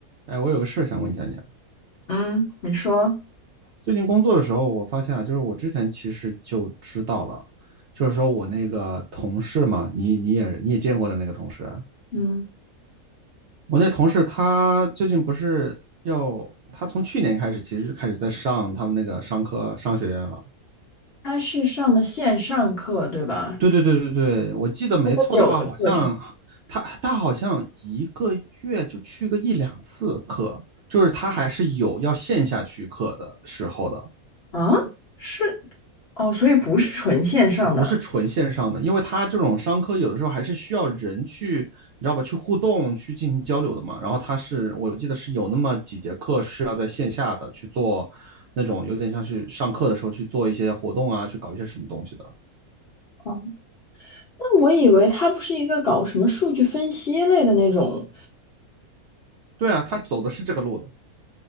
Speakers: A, on the right (about 65°); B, on the left (about 50°).
A: 哎，我有个事儿想问一下你啊。
B: 嗯，你说，
A: 最近工作的时候，我发现啊，就是我之前其实就知道了，就是说我那个同事嘛，你你也你也见过的那个同事啊
B: 嗯，
A: 我那同事他最近不是要，他从去年开始其实就开始在上他们那个商科商学院了。
B: 他是上的线上课，对吧？
A: 对对对对对，我记得没错的话，
B: 多久的课程
A: 好像他他好像一个月就去个一两次课，就是他还是有要线下去课的时候的。
B: 啊？是，哦，所以不是纯线上的。
A: 不是纯线上的，因为它这种商科有的时候还是需要人去，你知道吧，去互动、去进行交流的嘛。然后它是我记得是有那么几节课是要在线下的去做那种有点像是上课的时候去做一些活动啊，去搞一些什么东西的。
B: 哦，那我以为他不是一个搞什么数据分析类的那种，
A: 对啊，他走的是这个路的。